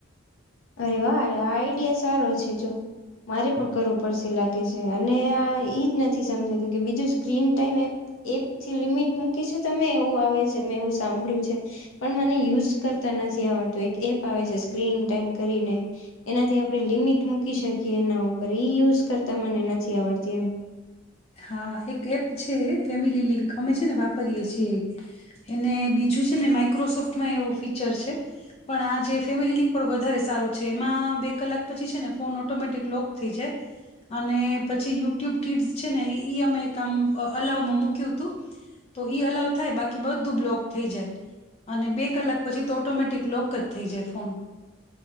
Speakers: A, on the left; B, on the left.
A: અરે વાહ આ આઈડિયા સારો છે જો મારે પણ કરવું પડશે લાગે છે અને આ ઈજ નથી સમજાતું કે બીજું સ્ક્રીન ટાઈમ એપ એપથી લિમિટ મૂકી છે તમે એવું આવે છે મેં એવું સાંભળ્યું છે પણ મને યુઝ કરતા નથી આવડતું એક એપ આવે છે સ્ક્રીન ટાઈમ. કરીને એનાથી આપણે લિમિટ મૂકી શકીએ એના ઉપર ઈ યુઝ કરતા મને નથી આવડતી એમ.
B: હા એક એપ છે ફેમિલી લિંક અમે છે ને વાપરીએ છીએ એને બીજું છે ને માઈક્રોસોફ્ટમાં એવું ફીચર છે પણ આ જે ફેમિલી લિંક પણ વધારે સારું છે એમાં બે કલાક પછી છે ને ફોન ઓટોમેટિક લોક થઈ જાય અને પછી યુટ્યુબ કિડસ. છે ને અમે આમ અલાવમાં મૂક્યું હતું તો અલાવ થાય બાકી બધું બ્લોક થઈ જાય અને બે કલાક પછી તો ઓટોમેટિક લોક જ થઈ જાય ફોન.